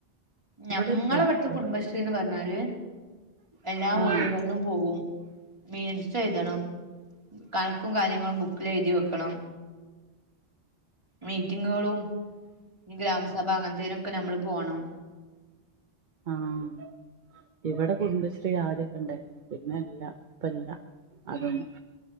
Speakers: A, on the right; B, on the right.
A: ഞങ്ങളവിടുത്തെ
B: ഇവിടില്ല ഇവിടെ
A: കുടുംബശ്രീന്ന് പറഞ്ഞാല് എല്ലാ വീടുകളിലും
B: ആഹ്
A: പോകവും മീൻ എഴുതണം കണക്കും കാര്യങ്ങളും ബുക്കിൽ എഴുതി വെക്കണം മീറ്റിങ്ങുകളും നി ഗ്രമ സഭാ അങ്ങ ത ഒക്കെ നമ്മള് പോണം
B: ആഹ ഇവിടെ കുടുംബശ്രീ ആദ്യൊക്കെ ഇണ്ടായിരുന്നു പിന്നെ അല്ല ഇപ്പല്ല അതൊന്നും